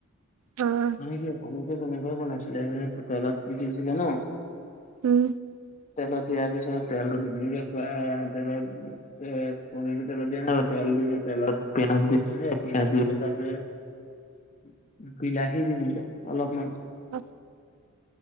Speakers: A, on the right; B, on the left.
A: অঁ।
B: সেইটোয়ে পনিৰটো তেনেকৈয়ে বনাইছিলে সেই তেলত দিছিলে ন
A: উম
B: তেলত দিয়াৰ পিছত তেলতো ধুনীয়াকে ফ্ৰাই তেলত এ পনীৰটো তেলত দিয়া নাই বাৰু তেল দি তেলত পিয়াজ দি দিছে পিয়াজ দি তাতে বিলাহী দি দিলে অলপমান।
A: অ